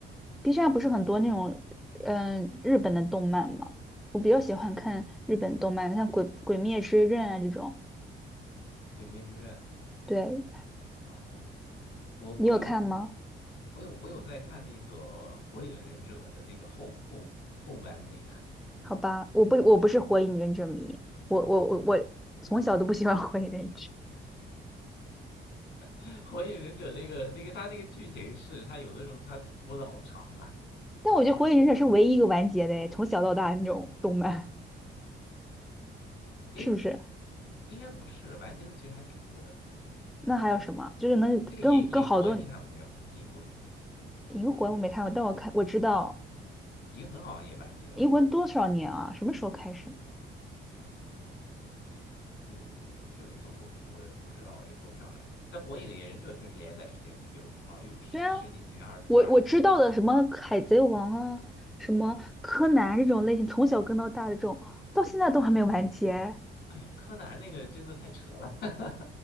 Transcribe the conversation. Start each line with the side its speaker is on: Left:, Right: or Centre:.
Centre: B 站不是很多那种嗯、日本的动漫吗？我比较喜欢看日本动漫，像鬼《鬼灭之刃》啊这种。
Left: 《鬼灭之刃》？
Centre: 对，
Left: 哦，我我又
Centre: 你有看吗？
Left: 我有我有在看那个《火影忍者》的那个后后后半那个，
Centre: 好吧，我不我不是火影忍者迷，我我我我从小都不喜欢火影忍者，
Left: 嗯，<laughs>《火影忍者》那个那个他那个剧情是，他有的时候他拖的好长啊。
Centre: 但我觉得火影忍者是唯一一个完结的诶，从小到大那种动漫，
Left: 诶，
Centre: 是不是？
Left: 不，应该不是，完结的其实还挺多的。
Centre: 那还有什么？就是能跟跟好多
Left: 那个银银魂你看过没有？银魂，
Centre: 银魂我没看过，但我看我知道
Left: 银魂好像也完结了。
Centre: 银魂多少年啊？什么时候开始？
Left: 嗯，我这个这我我也不知道，也说不上来。但《火影忍者》确实连载时间挺久的，好像有十十几年，
Centre: 对啊，
Left: 二快二十年。
Centre: 我我知道的什么海贼王啊，什么柯南这种类型，从小跟到大的这种，到现在都还没有完结。
Left: 哎柯南那个真的太扯了，<laughs>